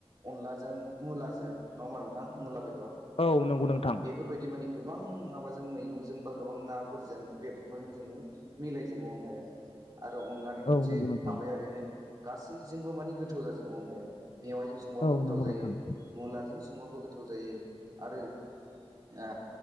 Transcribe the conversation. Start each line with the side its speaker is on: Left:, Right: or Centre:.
Right: अनलाजों मुलाजों नङा होमबा नोंथां मुला बेदर
Left: औ नंगौ नोंथां
Right: बेफोरबायदि मानि गोबां माबाजों मैगंजों बा गोबां नाफोरजों बेदरफोरजों जोङो मिलायजोबो अनलाया। आरो अनलानि मोनसे
Left: औ नंगौ नोंथां
Right: माबाया बेनो गासैजोंबो माने गोथाव जाजोबो। अनलाया मेवाइजों संबाबो
Left: औ
Right: गोथाव
Left: नंगौ
Right: जायो
Left: नोंथां
Right: मुलाजों संबाबो गोथाव जायो। आरो ओ